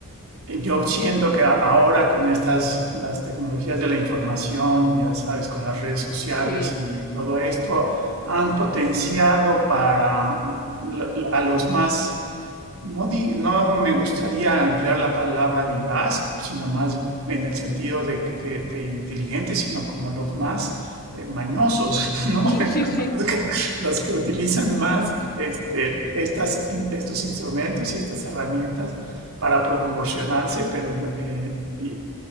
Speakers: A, on the right (about 75°); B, on the left (about 45°).
A: y, Yo siento que a- ahora con estas, las tecnologías de la información, ya sabes, con las redes sociales
B: Sí,
A: y todo esto, han potenciado para la- a los más no, di- no me gustaría emplear la palabra vivaz, sino más en el sentido de, de- de inteligente, sino como los más eh, mañosos, <laughs> ¿no?
B: <laughs> Mm, sí,
A: Los,
B: sí.
A: los que, los que utilizan más este, estas, in- estos instrumentos y estas herramientas para promocionarse, pero en- eh, y